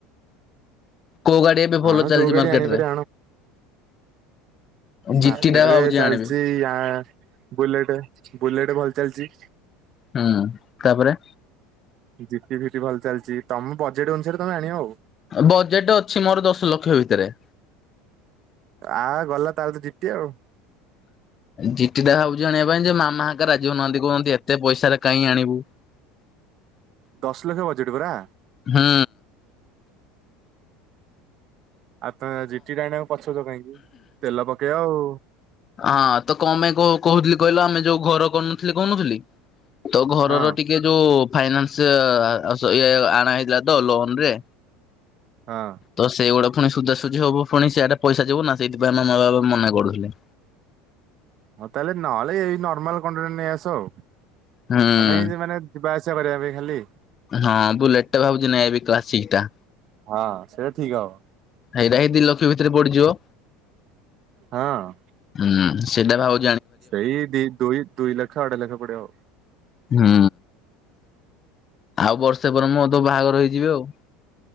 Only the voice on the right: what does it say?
ଆଣ
ଯୋଉ ଗାଡି
ଆଣିପାରେ
ମାର୍କେଟରେ
ଚାଲିଛି
ଆ ବୁଲେଟ ବୁଲେଟ ଭଲ ଚାଲିଛି।
ଜି ଟି ଫି ଟି ଭଲ ଚାଲିଛି ତମ ବଜେଟ୍ ଅନୁସାରେ ତମେ ଆଣିବ ଆଉ।
ଆ ଗଲା ତାହେଲେ ତ ଜି ଟି ଆଉ।
ଦଶ ଲକ୍ଷ ବଜେଟ୍ ପରା।
ଆଉ ତମେ ଜିଟି ଟା ଆଣିବାକୁ ପଛାଉଚ କାହିଁକି ତେଲ ପକେଇବ ଆଉ।
ହଁ
ହଁ।
ହଁ ତାହେଲେ ନହେଲେ ଏଇ ନର୍ମାଲ କଣ୍ଡିନ ନେଇ ଆସ ଆଉ
ମାନେ ଏଇ ଯେ ମାନେ ଯିବା ଆସିବା କରିବା ପାଇଁ ଖାଲି।
ହଁ ସେଇଟା ଠିକ୍ ହବ।
ହଁ ଅଁ।
ସେଇ ଦି ଦୁଇ ଦୁଇ ଲକ୍ଷ ଢେଇ ଲକ୍ଷ ପଡିବ ଆଉ।